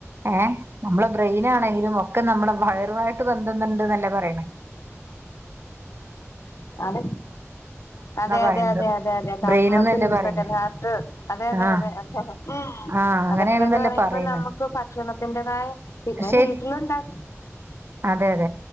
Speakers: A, on the right; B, on the left.
A: ഏഹ് നമ്മളെ ബ്രെയിൻ ആണെലും ഒക്കെ നമ്മള വയ പൊതുവായിട്ട് ബന്ധം ഇണ്ടന്ന് ല്ലെ പരിണേ
B: അത അതെതെ
A: പറയണത്
B: അതെതെതെ കാസ്മസിൽ
A: ബ്രെയിൻന്നല്ലേ
B: യുസക്കൻഹാർട്ട്
A: പറയണേ
B: അതെ അതെ
A: ആഹ്
B: അതെ അതെ ഉം
A: ആഹ് അങ്ങനെയാണെന്നല്ലേ
B: അതൊക്കെയന്ന് പറയുമ്പോ
A: പറയണേ
B: നമുക്ക് ഭക്ഷണത്തിന്റെതായ പിന്നെ
A: ശരി
B: വീട്ടിലുണ്ടാക്കും
A: അതെ അതെ